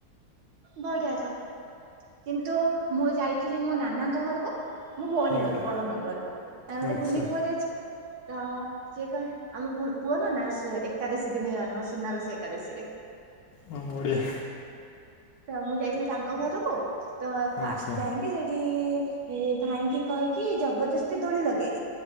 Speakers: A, on the right (about 65°); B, on the left (about 80°).
A: ବଢିଆ ତ କିନ୍ତୁ ମୁଁ ଯାଇଥିଲି ମୋ ନାନାଙ୍କ ଘରୁକୁ। ମୋ ଭଉଣୀ
B: ଆଜ୍ଞା
A: ଘରୁ ବଡ଼ ଭଉଣୀ ଘରୁକୁ ତାର ଗୋଟେ
B: ଆଚ୍ଛା।
A: କୁନି ପୁଅଟେ ଅଛି। ତ ସିଏ କଁ ଆମ ପୁ ପୁଅ ନୁହଁ ନା ସେ ଏକାଦଶୀ ଦିନେ ଜନ୍ମ ସୁନାବେଶ ଏ କାଦଶୀରେ।
B: ହଁ ବଡ଼ିଆ।
A: ତ ମୁଁ ଯାଇଥିଲି ତାଙ୍କ ଘରୁକୁ ତ ଫାଷ୍ଟ
B: ଆଚ୍ଛା
A: ଯାଇଁକି ସେଇ ତି ଭାଇଙ୍କି କହିକି ଜବରଦସ୍ତି ଦୋଳି ଲଗେଇଲେ